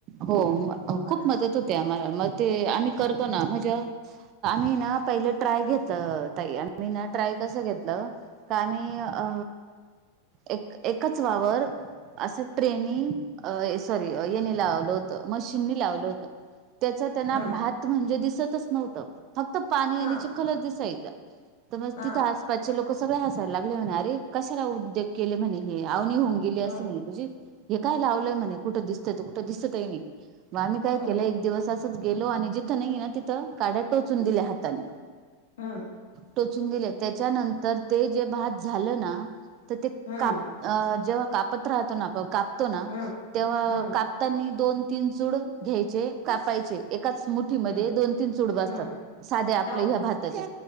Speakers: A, on the right; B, on the left.
A: हो म
B: तुम्हाला
A: खूप मदत होते आम्हांला, मग ते आम्ही करतो ना मझं आम्ही ना पहिलं ट्राय घेतलं ताई, आम्हीं ना ट्राय कसं घेतलं? का आम्हीं अ एक एकच वावर असं ट्रेनी सॉरी येणे लावून होत मशीनी लावलं होतं त्याच त्यांना
B: हम्म
A: भात म्हणजे दिसतच नव्हतं. फक्त पाणी आणि
B: हा
A: चिखलच दिसायचा तर म्हजे
B: हा
A: तिथं आस पासचे लोक सगळे हासायला लागले म्हणे, अरे कशाला उद्योग केले म्हणे हे आवणी होऊन गेली असे
B: हम्म
A: म्हणे तुझी. हे काय लावलंय म्हणे कुठं दिसतयं, कुठं दिसतही नाही मग आम्ही काय
B: हम्म
A: केलं एक दिवस असं असंच गेलो आणि जिथं नाही ना, तिथं काड्या टोचून दिल्या हाताने
B: ह..
A: टोचून दिले त्याच्यानंतर ते जे भात झालं ना, तर ते
B: हम्म
A: काप जेव्हा कापत राहतो ना, आपण कापतो ना
B: हम्म
A: तेव्हा
B: हम्म
A: कापतानी दोन- तीन चूड घ्यायचे, कापायचे एकाच मुठ मुठी मध्ये
B: हम्म
A: दोन- तीन चुड बसतात,
B: हम्म
A: साध्या आपल्या
B: हो
A: हया भाताचे